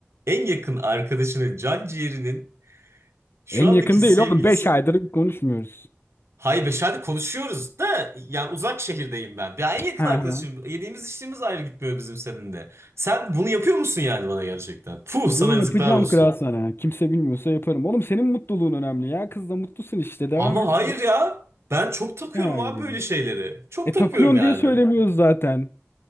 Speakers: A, on the right; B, on the left.
A: en yakın arkadaşının can ciğerinin Şu
B: En
A: andaki
B: yakın
A: sevgilisi
B: değil oğlum. beş aydır konuşmuyoruz.
A: Hayır Beşer'de konuşuyoruz da yani uzak şehirdeyim ben. Ben en yakın
B: Hı
A: arkadaşım.
B: hı.
A: Yediğimiz içtiğimiz ayrı gitmiyor bizim seninle. Sen bunu yapıyor musun yani bana gerçekten? Puh
B: Bunu
A: sana
B: yapacağım
A: yazıklar olsun.
B: kral sana. Kimse bilmiyorsa yaparım. Oğlum senin mutluluğun önemli ya. Kızla mutlusun işte. Devam
A: Ama
B: et.
A: hayır ya. Ben çok takıyorum
B: Ne hayır
A: abi
B: yani.
A: böyle şeyleri. Çok
B: E
A: takıyorum
B: takıyorsun
A: yani.
B: diye söylemiyoruz zaten.